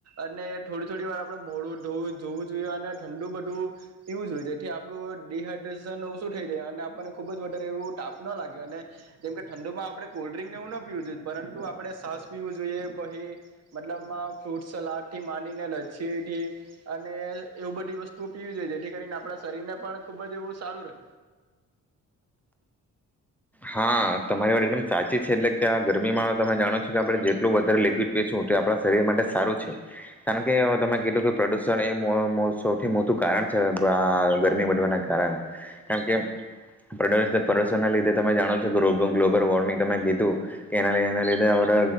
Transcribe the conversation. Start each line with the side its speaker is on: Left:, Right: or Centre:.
Right: અને થોડી થોડી વાર આપડ મોઢું જોવું જોઈએ અને ઠંડું બધું, પીવું જોઈએ જેથી આપણું ડડીહાઈડ્રેશન ઓછું થઈ જાય અને આપણને ખૂબ જ વધારે એવું તાપ ન લાગે અને, જેમ કે ઠંડુમાં આપણે કોલ્ડ્રિંકને એવું ન પીવું જોઈએ પરંતુ આપણે સાસ પીવું જોઈએ પહી, મતલબમાં ફ્રૂટ સલાડથી માંડીને લચ્છીથી, અને એવું બધી વસ્તુઓ પીવી જોઈએ જેથી કરીને આપણા શરીર ને પણ ખૂબ જ એવું સારું રહે
Centre: હા તમારી વાત એકદમ સાચી છે એટલે કે આ ગરમીમાં તમે જાણો છો કે આપણે જેટલું વધારે લિક્વિડ પીશું તે આપણા શરીર માટે સારું છે, કારણ કે તમે કીધું કે પ્રદુષણ એ સૌથી મોટું કારણ છે આ ગરમી વધવાના કારણે, કારણ કે પ્રદુષણના લીધે તમે જાણો છો ગ્લોબ ગ્લોબલ વોર્મિંગ તમે કીધું કે, એના લધે એના લીધે આપણે